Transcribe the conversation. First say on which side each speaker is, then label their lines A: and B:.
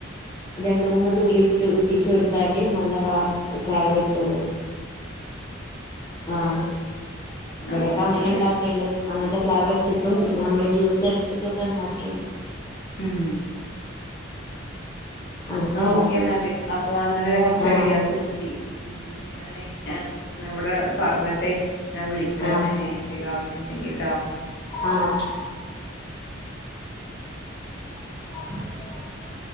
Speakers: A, on the left; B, on the left.
A: രണ്ട് മൂന്ന് തുള്ളി ഇട്ട് ഉറ്റിച്ച് കൊടുത്താൽ നല്ല കള
B: ആഹ്
A: ഫ്ലേവർ കിട്ടെള്ളു ആഹ്. ഇബടൊക്കെ
B: അങ്ങനെ
A: അങ്ങനാ
B: ചെയ്യാലേ
A: ഇണ്ടാക്കെണ്ട്. അങ്ങനത്തെ ഫ്ലേവർ വെച്ചിട്ടും പിന്നെ നമ്മളെ ജ്യൂസ് അടിച്ചിട്ടും ഒക്കെ ഉണ്ടാക്കേയണ്ട്.
B: ഉം.
A: അങ്ങനെ
B: എന്നാ
A: ഉണ്ടാക്കല്
B: ഓക്കേ എന്നാല് അപ്പോ അങ്ങനെ കുറച്ച്
A: ആഹ്
B: ഐഡിയാസ് കിട്ടി ഉം ഞാന് ആഹ്. നമ്മുടെ പറ്ഞ്ഞിട്ടെ. ഞാൻ വിളിക്കന്നെ
A: ആഹ്
B: എന്തെലും ആവശ്യംണ്ടെങ്കിട്ടോ.
A: ആഹ് ഓക്കെ <inaudible>